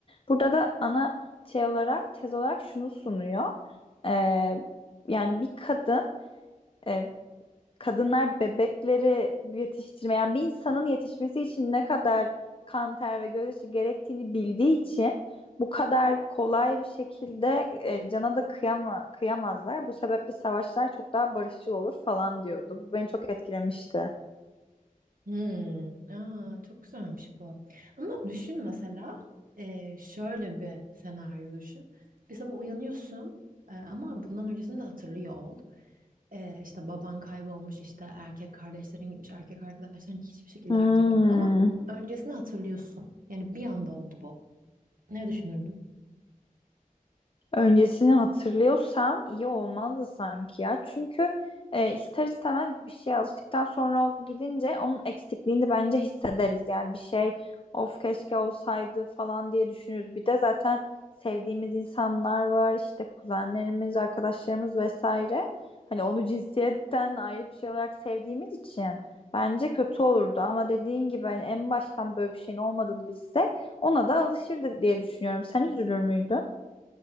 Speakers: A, on the left; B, on the right.
A: Burada da ana şey olarak tez olarak şunu sunuyor. Ee, yani bir kadın e, kadınlar bebekleri yetiştirmeyen yani bir insanın yetişmesi için ne kadar kan, ter ve gözyaşı gerektiğini bildiği için bu kadar kolay bir şekilde e, cana da kıyama, kıyamazlar. Bu sebeple savaşlar çok daha barışçıl olur falan diyordu. Bu beni çok etkilemişti.
B: Hmm, aa, çok güzelmiş bu. Ama düşün mesela e, şöyle bir senaryo düşün. Bir sabah uyanıyorsun e, ama bundan öncesini de hatırlıyor ol. E, işte baban kaybolmuş işte erkek kardeşlerin gitmiş erkek arkadaşların hiçbir şekilde
A: Hmm.
B: erkek yok. Ama öncesini hatırlıyorsun. Yani bir anda oldu bu. Ne düşünürdün?
A: Öncesini hatırlıyorsam iyi olmazdı sanki ya. Çünkü e, ister istemez bir şeye alıştıktan sonra o gidince onun eksikliğini bence hissederiz. Yani bir şey of keşke olsaydı falan diye düşünürüz. Bir de zaten sevdiğimiz insanlar var işte kuzenlerimiz, arkadaşlarımız vesaire. Hani onu cinsiyetten ayrı bir şey olarak sevdiğimiz için bence kötü olurdu. Ama dediğin gibi hani en baştan böyle bir şeyin olmadığını bilsek ona da alışırdık diye düşünüyorum. Sen üzülür müydün?